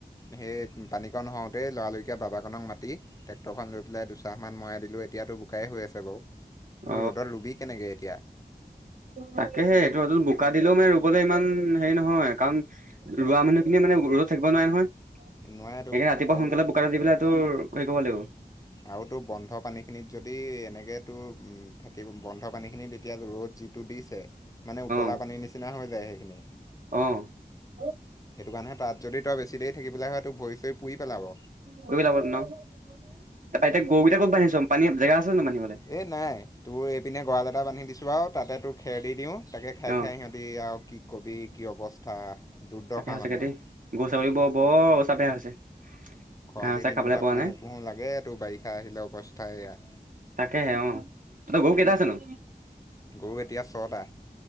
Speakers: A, on the left (about 20°); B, on the right (about 55°).
A: সেই পানী কণ হওতেই, লৰাললিকে বাবা কনক মাতি ট্ৰেক্টৰ খন লৈ পেলাই চাহ মান মই দিলোঁ, এতিয়াতো বোককেই হৈ আছে বাৰু। কিন্তু
B: অ,
A: ৰ'দত ৰুবি কেনেকে এতিয়া
B: তাকেহে সেইটো এইটো <unintelligible> শুকা দিলেও মানে ৰুবলৈ ইমান হেৰি নহয় কাৰণ ৰুৱা মানুহখিনিয়ে মানে ৰ'দত থাকিব নোৱাৰে নহয়।
A: নোৱাৰেতো
B: সেই, ৰাতিপুৱা
A: আৰু
B: সোনকালে বোকাটা দি পেলাইটোৰ হে কৰিব লাগিব
A: আৰু তোৰ বন্ধ পানী খিনিত যদি এনেকে তো উ থাকিব বন্ধ পানী খিনি, তেতিয়া ৰ'দ যিটো দিছে, মানে উতলা
B: অ
A: পানীৰ নিচিনা হৈ যায়, সেইখিনি
B: অ',
A: সেইটো কাৰণে তাত যদি তই বেছি দেৰি থাকি পেলাই হয়, তোৰ ভৰি চৰি পুৰি পেলাব।
B: পুৰি যাব ন? তাৰপা এতিয়া গৰুকেইটা ক'ত বান্ধিছ পানী জেগা আছে জানো বান্ধিবলে
A: এ নাই তোৰ এইপিনে গঁৰাল এটা বান্ধি দিছো আৰু। তাতে তোৰ, খেৰ দি দিও তাকে খাই,
B: অ
A: খাই সিহঁতি আৰু কি কবি কি অৱস্থা। দুৰ্দশা
B: তাকে সচাকে
A: মানে
B: দেই,
A: আৰু
B: গৰু ছাগলী বৰ, বৰ অৱস্থা বেয়া হৈছে।
A: খৰালি
B: ঘাঁহ চাহ
A: দিনকেইটা
B: খাবলৈ পোৱা
A: পুহো
B: নাই
A: পুহো লাগে তো বাৰিষা আহিলে অৱস্থাইয়া
B: তাকেহে, অ, তহঁতৰ গৰু কেইটা আছে নো
A: গৰু এতিয়া ছটা